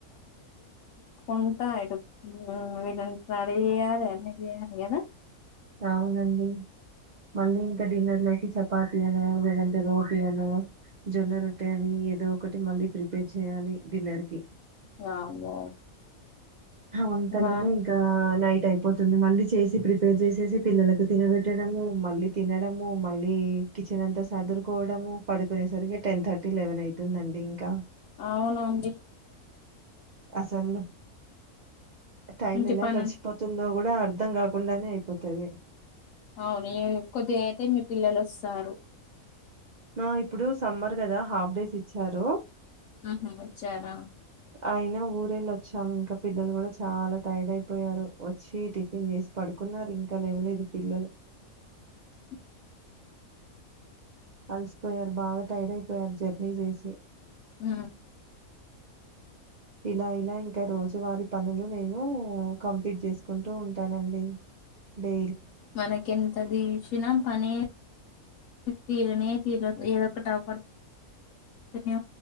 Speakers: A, on the left; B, on the right.
A: ఉంట ఇడు హ్మ్ వీళ్ళని రెడీ చేయాలి అన్ని చేయాలి కదా
B: అవునండి మళ్ళీ ఇంకా డిన్నర్ లోకి చపాతీ అనో లేదంటే రోటీ అనో జొన్న రొట్టె అని ఏదో ఒకటి మళ్ళీ ప్రిపేర్ చేయాలి డిన్నర్ కి
A: వామ్మో
B: అంతలోనే
A: మా
B: ఇంకా నై ట్ అయిపోతుంది మళ్ళీ చేసి ప్రిపేర్ చేసేసి పిల్లలకు తినబెట్టడము మళ్ళీ తినడము మళ్ళీ కిచెన్ అంతా సదురుకోవడము పడుకునే సరికి టెన్ థర్టీ లెవెన్ అయితుందండి ఇంకా
A: అవునాండి
B: అసలు టైం
A: ఇంటి
B: ఎలా
A: పని
B: గడిచిపోతుందో కూడా అర్ధం కా కుండానే అయిపోతాది
A: అవును ఇగ కొద్దిగా అయితే మీ పిల్లలు వసారు
B: హ ఇప్పుడు సమ్మర్ కదా హాఫ్ డేస్ ఇచ్చారు
A: ఆహా వచ్చారా
B: అయినా ఊరెళ్ళి వచ్చాము ఇంకా పిల్లలు కూడా చాలా టైడ్ అయిపోయారు వచ్చి టిఫిన్ చేసి పడు కున్నారు ఇంక లేవలేదు పిల్లలు
A: <inaudible>
B: అలసిపోయారు. బాగా టైడ్ అయిపోయారు జర్నీ చేసి.
A: ఉ
B: ఇలా ఇలా ఇంకా రోజువారి పనులు నేను కంప్లీట్ చేసుకుంటు ఉంటానండి. డే
A: మనకి ఎంత దీసిన పని తీరనే తీరదు ఏదోకటి ఆ పడ్ తునే